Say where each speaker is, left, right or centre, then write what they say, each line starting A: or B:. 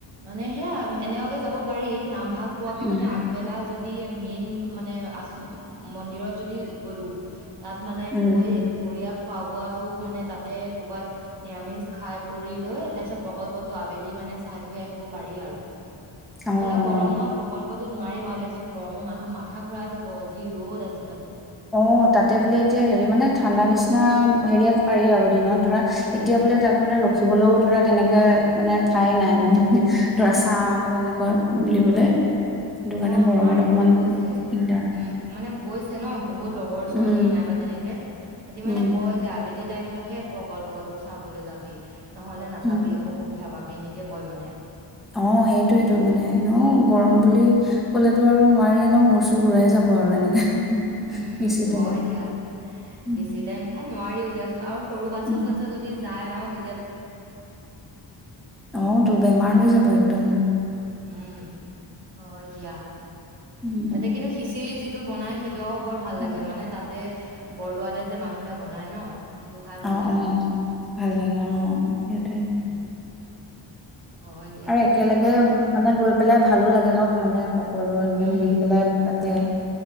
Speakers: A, on the right; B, in the centre.
A: মানে সেয়া, এনেকুৱাকে যাব পাৰি নাম ভাগ পোৱাকে
B: উম
A: মানে আগবেলা যদি মেইন মানে মন্দিৰত যদি গলো, তাত মানে
B: উম
A: গৈ দুপৰীয়া খোৱা বোৱাটো মানে তাতে কৰবাত নিৰামিষ খাই কৰি লৈ তাৰপিছত প্ৰকল্পটো আবেলি মানে চাই কৈ আহিব পাৰি আৰু
B: অ
A: নহ'লে
B: অ
A: গৰমত প্ৰকল্প, টো নোৱাৰিম আৰু দিয়াচোন গৰমৰ মানুহ মাথা ঘূৰাই যাব যি ৰ'দ আজিকালি
B: অ তাতে বোলে এতিয়া হেৰি মানে ঠাণ্ডা নিচিনা হেৰিয়াত পাৰি আৰু দিনত ধৰা, এতিয়া
A: উম
B: বোলে তাত মানে ৰখিবলৈও ধৰা তেনেকে মানে ঠাই নাই মানে ধৰা ছা তেনেকুৱা বুলিবলে সেইটো কাৰণে
A: অ
B: গৰমত
A: নোৱাৰি
B: অকমান
A: বুলি কৈছে
B: দিগদাৰ
A: উম মানে গৈছে ন বহুত লগৰ ছোৱালী
B: উম,
A: নাইবা তেনেকে সিহতি মানে
B: উম,
A: কয় যে আবেলিত টাইমত হে প্ৰকল্পটো চাবলৈ যাবি নহলে নাযাবি
B: উম।
A: অসুবিধা পিঠা পাবি এনেকে কয় মানে
B: অ সেইটোয়েইটো মানে ন গৰম বুলি কলেতো আৰু নোৱাৰিয়ে ন মূৰ চুৰ ঘূৰাই যাব আৰু এনেকে
A: উম
B: বেছি টাইম।
A: হয় দিয়া
B: উম,
A: বেছি টাইম নোৱাৰিও দিয়াচোন আৰু সৰু বাচ্ছা
B: উম,
A: চাচ্ছা যদি যায় ন তে
B: অ তো বেমাৰ হৈ যাব একদম
A: উম হয় দিয়া
B: উম,
A: তাতে কিন্তু খিচিৰি যি বনাই আকৌ বৰ ভাল
B: উম।
A: লাগে মানে তাত বৰদোৱাতে যে মানুহে বনাই ন সেইটো খাই ভাল
B: অ
A: লাগে
B: অ ভাল লাগে অ সেইটোৱে
A: উম হয় দিয়া
B: আৰু একেলগে
A: যাব লাগিব এদিন
B: মানে গৈ পেলাই ভালো লাগে ন মানে সকলো এনেকে
A: উম,
B: মিলি পেলাই তাতে